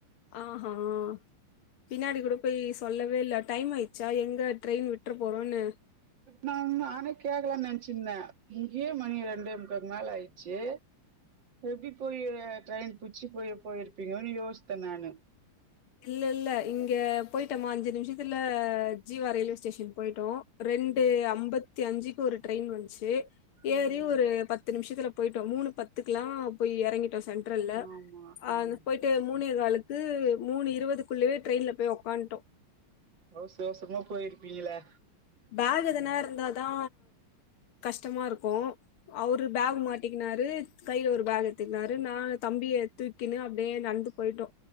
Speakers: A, on the left; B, on the right.
A: ஆஹ் ஆஹ் பின்னாடி குடுப்பயீச் சொல்லவே இல்ல டைம் ஆயிச்சா எங்க ட்ரெயின் விட் ட்டுற போறோன்னு
B: நான் நானே கேக்குலான் நெனச்சிருந்தே இங்கேயே மணி ரெண்டே முக்காகு மேல ஆயிச்சு எப்டி போய் ட்ரெயின் புச்சி போய் போயிருப்பீங்கோன் யோஸ்த்த நானு
A: இல்ல இல்ல இங்க போயிட்டோமா அஞ்சு நிமிஷத்துல ஜீவா ரயில்வே ஸ்டேஷன் போயிட்டோ ரெண்டு
B: ம்
A: அம்பத்தி அஞ்சிக் ஒரு ட்ரெயின் வண்ச்சு ஏறி
B: ம்
A: ஒரு பத்து நிமிஷத்துலப் போயிட்டோ மூணு பத்துக்குல்லா போய் எறங்கி ட்டோ சென்ட்ரல்ல
B: ஆமா
A: ஆ
B: ம்
A: இந்து போயிட்டு மூனே காலுக் க்கு மூணு இருவதுக்குள்ளயே ட்ரெயின்ல போய் உக்காண்டோ
B: அவுஸ் அவுசுரமா போயிருப்பீங்கிளே
A: பேகு எதுனா இருந்ததா கஷ்டமா இருக்கு அவுரு பேகு மாட்டிகினாரு கையில ஒரு பேகு எத்துக்குனாரு நா தம்பிய தூக்கின்னு அப்டியே நடந்து போயிட்டோ